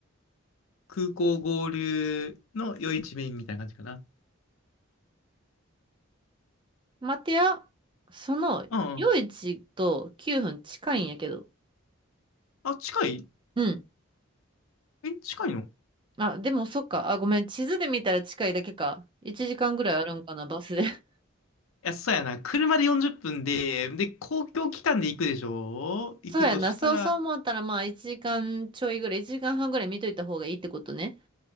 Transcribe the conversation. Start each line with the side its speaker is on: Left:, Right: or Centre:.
Left: 空港合流の夜市メインみたいな感じかな。
Right: 待てや、その夜市と9分近いんやけど。
Left: うんうん。あ、近い
Right: うん。
Left: え、近いの <laughs> い
Right: あ、でもそっか。あ、ごめん。地図で見たら近いだけか。1時間ぐらいあるんかな、バスで。<laughs>
Left: や、そうやな。車で40分で、で、公共機関で行くでしょ行くとしたら、
Right: そうやな。そうそう思ったら、まあ1時間ちょいぐらい、1時間半ぐらい見といた方がいいってことね。